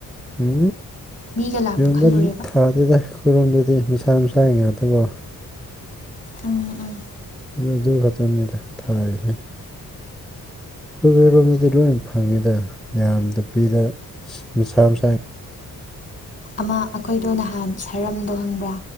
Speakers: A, in the centre; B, on the left.
A: ꯎꯝ
B: ꯃꯤꯒ ꯂꯥꯛꯄ
A: ꯌꯣꯟꯕ
B: ꯈꯜꯂꯨꯔꯦꯕ
A: ꯊꯥꯗꯦꯗ ꯑꯈꯣꯏꯔꯣꯝꯗꯗꯤ ꯃꯁꯥ ꯃꯁꯥꯒꯤ ꯉꯥꯛꯇꯒꯣ
B: ꯎꯝ ꯎꯝ
A: ꯑꯗꯨ ꯑꯗꯨ ꯈꯛꯇꯅꯤꯗ ꯊꯥꯔꯤꯁꯦ ꯑꯩꯈꯣꯏꯔꯣꯝꯗꯗꯤ ꯂꯣꯏ ꯐꯪꯉꯤꯗ ꯌꯥꯝꯗꯕꯤꯗ ꯃꯁꯥ ꯃꯁꯥ
B: ꯑꯃ ꯑꯩꯈꯣꯏꯗꯣ ꯅꯍꯥꯟ ꯁꯔꯝꯗꯣ ꯈꯪꯕ꯭ꯔꯥ